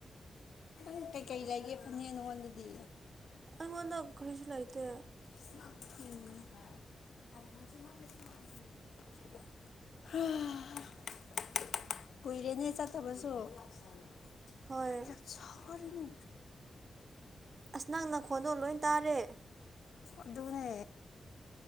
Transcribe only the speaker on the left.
ꯎꯝ ꯀꯩꯀꯩ ꯂꯩꯒꯦ ꯐꯅꯦꯛ ꯅꯪꯉꯣꯟꯗꯗꯤ
<unintelligible> ꯍꯥ <unintelligible> ꯀꯨꯏꯔꯦꯅꯦ ꯆꯠꯇꯕꯁꯨ <unintelligible>
ꯆꯠꯁꯥꯔꯅꯨ
ꯑꯗꯨꯅꯦ